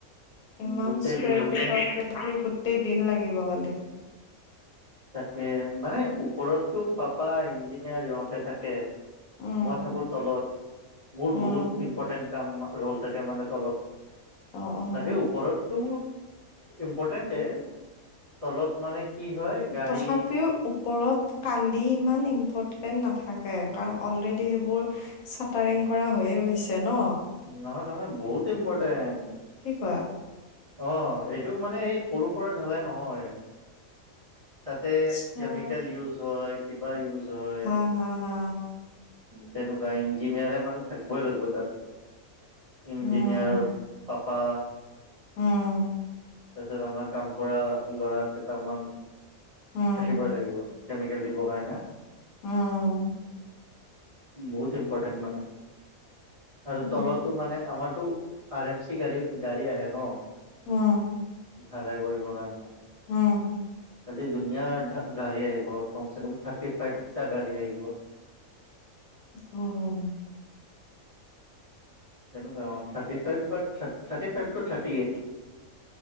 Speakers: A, on the left; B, on the right.
A: ইমান
B: গোটেই
A: <unintelligible>
B: দিন মোৰ
A: <unintelligible> গোটেই দিন লাগিব কালি।
B: তাকে মানে ওপৰততো পাপাৰ ইঞ্জিনিয়াৰ ইহঁতে থাকে
A: উম,
B: মই থাকো তলত, মোৰ
A: উম,
B: বহুত ইম্পৰ্টেন্ট কাম ৰ'ল থাকে মানে তলত।
A: অ', অ'।
B: তাকে ওপৰতটো ইম্পৰ্টেণ্টে। তলত মানে কি হয় গাড়ী
A: তথাপি তেওঁ ওপৰত কালি ইমান ইম্পৰ্টেন্ট নাথাকে কাৰণ অলৰেডি সেইবোৰ চাটাৰিং কৰা হৈয়ে গৈছে ন
B: নহয় নহয় বহুত ইম্পৰ্টেণ্ট
A: কি কোৱা
B: অ এইটো মানে এই সৰু সুৰা ঢালাই নহয় তাতে
A: আচ্ছা
B: কেমিকেল ইউজ হয় কিবা ইউজ হয়
A: হা হা হা
B: তেনেকুৱা ইঞ্জিনিয়াৰে মানে থাকিবই লাগিব তাত। ইঞ্জিনিয়াৰ
A: উম
B: পাপা
A: উম
B: তাৰপিছত আমাৰ কাম কৰা ল'ৰা কেইটামান থাকিবই
A: উম
B: লাগিব। কেমিকেল দিবৰ কাৰণে।
A: উম
B: বহুত ইম্পৰ্টেন্ট মানে আৰু
A: উম
B: তলতো মানে আমাৰতো আৰ এম চি গাড়ী গাড়ী আহে ন
A: অ
B: ঢালাই কৰিবৰ কাম
A: হুম।
B: কালি দুনীয়া গা গাড়ী আহিব কম চে কম থাৰ্টি ফাইভটা গাড়ী আহিব।
A: অ অ
B: তেনেকুৱা অ থাৰ্টি ফাইভ বা থা thirty five two thirty eight.